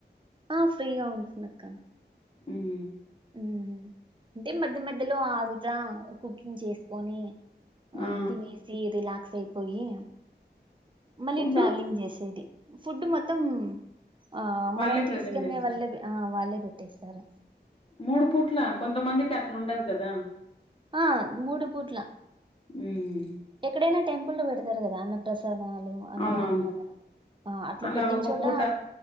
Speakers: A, on the right; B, on the left.
A: ఆ ఫ్రీగా ఉంటుంద్ అక్క
B: ఊమ్
A: ఉమ్ హు అంటే మధ్య మధ్యలో ఆగుతా కుకింగ్ చేస్కొని అమ్
B: ఆ
A: తినేసి రిలాక్స్ అయిపోయి మళ్ళీ
B: ఫుడ్డు
A: ట్రావ్లింగ్ చేసేది ఫుడ్ మొత్తం ఆ
B: వాళ్ళే
A: మనం
B: ప్రజెంట్
A: తీస్కనే
B: చేస్తారు
A: వళ్ళే ఆ వాళ్ళే పెట్టేస్తారు
B: మూడు పూట్ల కొంతమందికి అట్ల ఉండదు కదా
A: ఆ మూడు పూట్ల
B: హ్మ్
A: ఎక్కడైనా టెంపుల్లో పెడతారు కదా అన్న ప్రసాద్ వాళ్ళు అన్నదానాలు
B: అవునవును
A: అట్ల
B: అలా
A: పెట్టించోట
B: ఒక పూట